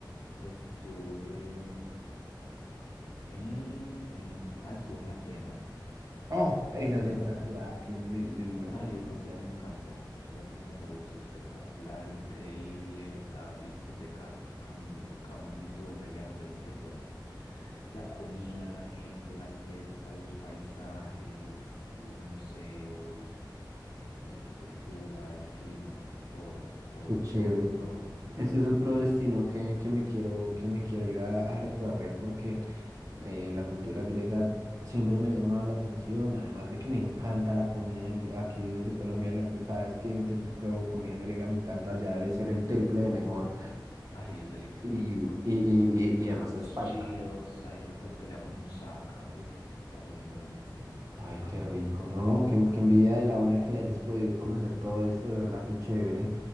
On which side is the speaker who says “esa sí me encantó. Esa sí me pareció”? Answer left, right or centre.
Left